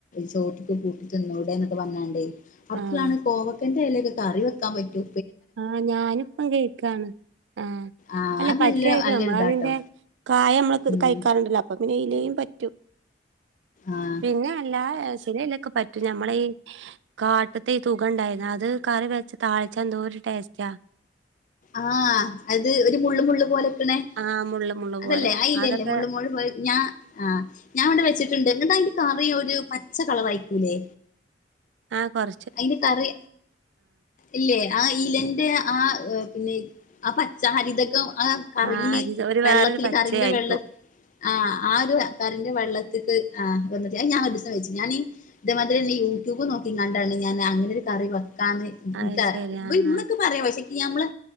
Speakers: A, on the left (about 45°); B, on the right (about 85°).
A: ചോറ്റിക്ക് കൂട്ടി തിന്നൂടെന്നൊക്കെ പറഞ്ഞാണ്ട് അപ്പളാണ്
B: ആഹ്
A: കോവക്കന്റെ എലയൊക്കെ കറി വെക്കാൻ പറ്റൂ
B: ആഹ് ഞാനിപ്പം കേൾക്കാണ്. ആഹ്.
A: ആഹ്
B: അല്ല
A: അത്
B: പറ്റുവായിരിക്കും
A: നല്ല നല്ലൊരിതാട്ടോ
B: നമ്മള അതിന്റെ കായ നമ്മള
A: ഉം
B: കഴിക്കാ അപ്പൊ പിന്നെ ഇലയും പറ്റും
A: ആഹ്
B: പിന്നെ അല്ലാ ഏസ്നെ ഇലക്കെ പറ്റും ഞമ്മള ഈ കാട്ട്ത്തെ ഈ തുക ഇണ്ടായിര്ന്നു അത് കറി വെച്ച് താളിച്ചാ എന്തോര് ടേസ്റ്റ
A: ആഹ് അത് ഒരു മുള്ള് മുള്ള് പോലക്ക്ണെ
B: ആഹ് മുള്ള് മുള്ള്
A: അതല്ലെ
B: പോലെ
A: അയിലല്ലെ
B: അതൊക്കെ
A: മുള്ളു മുള്ള് മുഴ പോ ഞാൻ ആഹ് ഞാൻ ഇവടെ വെച്ചിട്ട്ണ്ട് എങ്ങ്ട്ട് അയിന്റെ കറി ഒരു പച്ച കളറായിരിക്കൂലെ
B: ആഹ് കൊറ
A: അയിന്റ കറി ഇല്ലേ ആഹ് ഇലന്റെ ആഹ് ഏഹ് പിന്നെ ആഹ് പച്ചഹരിതകം ആഹ് കറിയില്
B: ആഹ് അരിത് ഒരു
A: വെള്ളത്തില്
B: വേറൊരു പച്ചയായിരിക്കും
A: കറിന്റെ വെള്ളത്തി ആഹ് ആഹ് ഒരു കറിന്റെ വെള്ള ആഹ് വന്ന്ട്ട് അയ് ഞാൻ ഒരീസം വെച്ചീന്നു ഞാനീ ഇതേമാതിരിയെന്നെ യൂട്യൂബ് നോക്കി ഞാൻ അങ്ങനൊരു കറി വെക്കാന്ന്
B: അത്
A: ഇൻക
B: ശരി ആഹ്
A: ഇന്നൊക്ക പറയ പക്ഷേ ഇക് നമ്മളെ